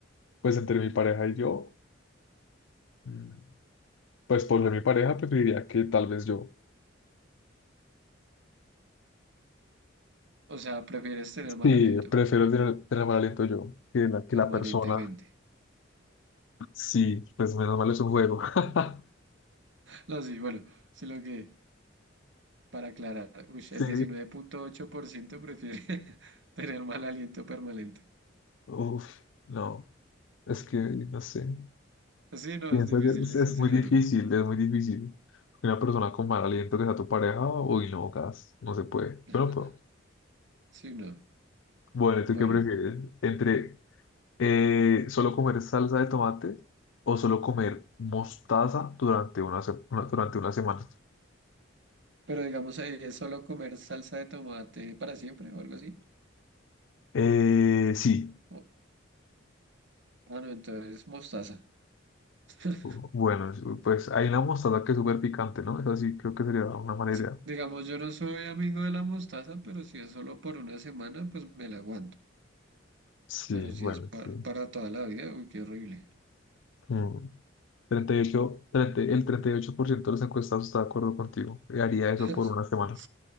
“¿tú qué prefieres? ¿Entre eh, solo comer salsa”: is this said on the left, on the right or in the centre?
Left